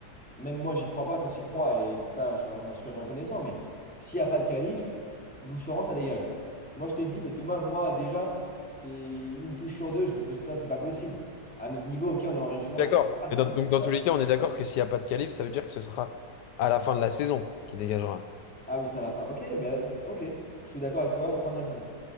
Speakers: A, in the centre; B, on the left.
A: Même moi, j'y crois pas, toi tu y crois, et ça, je t'en- j'en suis reconnaissant, mais s'il n'y a pas de qualif, Louchoran, ça dégage. Moi, je te dis, parce que moi, moi déjà, c'est une touche sur deux, je, ça, c'est pas possible. À notre niveau, ok, on est en régional,
B: D'accord.
A: etc. Mais
B: Mais dans-
A: ça,
B: donc
A: c'est
B: dans
A: pas
B: tous
A: ça.
B: les cas, on est d'accord que s'il n'y a pas de qualif, ça veut dire que ce sera à la fin de la saison qui dégagera.
A: Ah oui, c'est à la fin. Ok, ben, je- ok, je suis d'accord avec toi, fin de la saison.